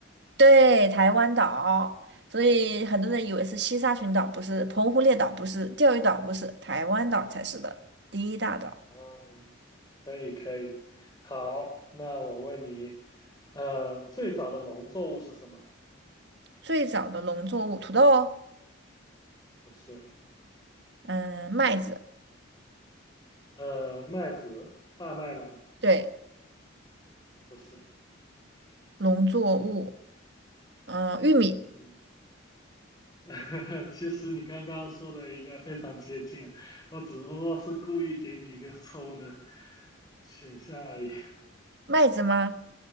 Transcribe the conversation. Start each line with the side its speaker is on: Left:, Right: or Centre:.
Right: 对，台湾岛，所以很多人以为是西沙群岛，不是澎湖列岛，不是钓鱼岛，不是台湾岛才是的第一大岛。
Left: 哦，可以可以，好，那我问你，呃，最早的农作物是什么？
Right: 最早的农作物，土豆哦，
Left: 不是，
Right: 嗯，麦子，
Left: 呃，麦子，大麦吗？
Right: 对，
Left: 不是，
Right: 农作物，嗯，玉米，
Left: 嗯，<laughs> 其实你刚刚说的一个非常接近，我只不过是故意给你一个错误的选项而已，
Right: 麦子吗？